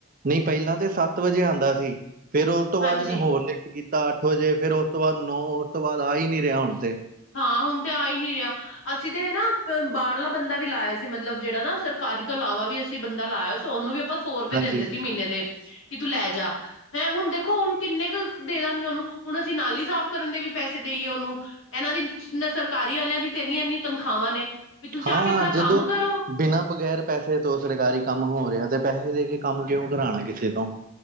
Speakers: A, on the right (about 40°); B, on the left (about 60°).
A: ਨਹੀਂ, ਪਹਿਲਾਂ ਤੇ ਸੱਤ ਵਜੇ ਆਉਂਦਾ ਸੀ। ਫੇਰ ਉਸ ਤੋਂ
B: ਹਾਂਜੀ
A: ਬਾਅਦ ਇਹਨੇ ਹੋਰ ਕੀਤਾ ਅੱਠ ਵਜੇ ਫੇਰ ਉਸ ਤੋਂ ਬਾਅਦ ਨੌ ਉਸ ਤੋਂ ਬਾਅਦ ਆ ਹੀ ਨੀ ਰਿਹਾ ਹੁਣ ਤੇ।
B: ਹਾਂ, ਹੁਣ ਤੇ ਆ ਹੀ ਨਹੀਂ ਰਿਹਾ। ਅਸੀਂ ਤੇ ਹਨ ਨਾ ਬਾਹਰਲਾ ਬੰਦਾ ਵੀ ਲਾਆ ਸੀ ਮਤਲਬ ਜਿਹੜਾ ਨਾ ਸਰਕਾਰੀ ਤੋਂ ਇਲਾਵਾ ਵੀ ਅਸੀਂ ਬੰਦਾ ਲਾਇਆ ਸੀ। ਉਹਨੂੰ ਵੀ ਆਪਾਂ ਸੌ ਰੁਪਏ
A: ਹਾਂਜੀ
B: ਦਿੰਦੇ ਸੀ ਮਹੀਨੇ ਦੇ। ਕਿ ਤੂੰ ਲੈ ਜਾ ਹੈਂ ਹੁਣ ਦੇਖੋ ਹੁਣ ਕਿੰਨੇ ਕੁ ਦੇ ਦਾਂਗੇ। ਉਹਨੂੰ ਹੁਣ ਅਸੀਂ ਨਾਲ ਹੀ ਸਾਫ਼ ਕਰਨ ਦੇ ਵੀ ਪੈਸੇ ਦੇਈਏ ਉਹਨੂੰ। ਇਹਨਾਂ ਦੀ ਸਰਕਾਰੀ ਵਾਲਿਆਂ ਦੀ ਤੇ ਇਨੀਆਂ- ਇਨੀਆਂ ਤਨਖਾਹਾਂ ਨੇ। ਵੀ ਤੁਸੀਂ
A: ਹਾਂ।
B: ਆ ਕੇ ਆਪਣਾ
A: ਜਦੋਂ
B: ਕੰਮ ਕਰੋ
A: ਬਿਨਾਂ ਬਗੈਰ ਪੈਸੇ ਤੋਂ ਸਰਕਾਰੀ ਕੰਮ ਹੋ ਰਿਹਾ ਤੇ ਪੈਸੇ ਦੇ ਕੇ ਕੰਮ ਕਿਉਂ ਕਰਾਉਣਾ ਕਿਸੇ ਤੋਂ।